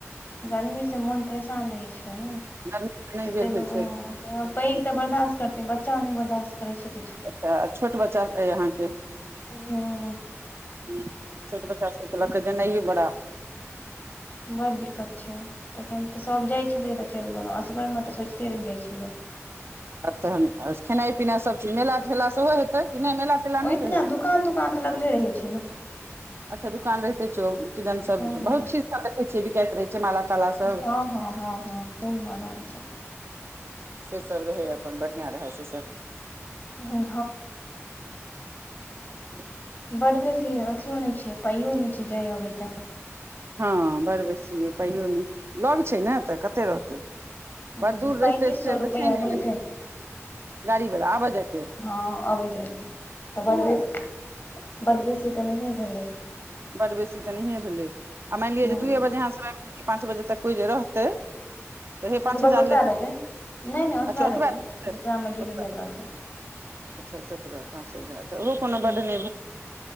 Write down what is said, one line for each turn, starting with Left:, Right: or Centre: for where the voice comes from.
Left: गरमीसँ मोन परेशान रहै छै ने
Right: गर्मीसँ नहि
Left: जते
Right: गेल
Left: लोग
Right: होइ छै
Left: हँ पैघ तऽ बर्दाश्त करते बच्चा नहि बर्दाश्त करै छै किछु
Right: अच्छा छोट बच्चा अइ अहाँके
Left: हू
Right: ह छोट बच्चा त लग कऽ जेनाइए बड़ा
Left: बडड़ दिक्कत छै तखन तऽ सभ जाइत छलै तऽ चलि गेलहुँ असगरमे तऽ सोचिते रहि जाइत छै लोक
Right: आ तहन खेनाइ पिनाइ सब चीज मेला ठेला सेहो हेतै कि नहि मेला ठेला
Left: ओहिना
Right: नहि रहै
Left: दुकान तुकान तऽ लगले रहै छै ने
Right: अच्छा दुकान रहिते छै किदन सब
Left: हँ
Right: बहुत चीज सब देखे छियै बीकाइत रहे छै माला ताला
Left: हँ
Right: सब
Left: हँ हँ हँ फूल माला ई सब
Right: से सब रहै अपन बढ़िआं रहै से सब
Left: हँ
Right: ह <inaudible>
Left: बड बेसी अथियो नहि छै पाइयो नहि छै जाय अबयके
Right: हँ बड़ बेसी उपाइयो नहि लग छै ने तऽ कते रहतै
Left: ह
Right: बड़ दूर
Left: पैंतीस
Right: रहिते
Left: सए
Right: से तऽ
Left: रुपैआ
Right: छै ने
Left: लेलकै
Right: गाड़ी वला आबऽ जायके
Left: हँ अबै रहै तऽ बड्ड बेसी बड्ड बेसी तऽ नहिए भेलै
Right: बड बेसी तऽ नहिए भेलै आ मानि लिअ
Left: ह हँ
Right: जे दइए बजे अहाँ सभ आइब गेलयै पाँच बजे तक कोइ जे रहतै हे
Left: हँ
Right: पाँच
Left: तऽ बस
Right: हजार
Left: ओतबा लेतै नहि नहि ओतबा
Right: अच्छा ओतबे
Left: लेतै जकरामे डील
Right: ओतबे
Left: भेल रहतै
Right: अच्छा सतबह पाँच हजार तऽ ओहो कोनो
Left: ह
Right: बड्ड नहि